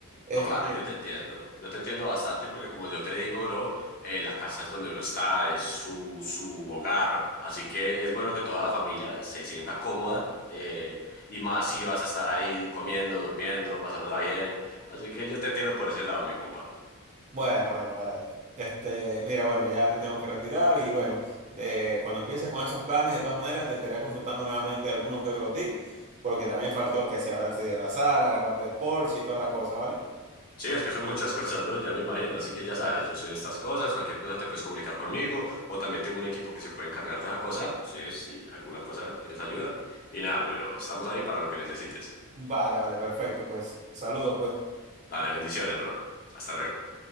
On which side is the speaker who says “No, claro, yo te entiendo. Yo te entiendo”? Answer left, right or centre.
Left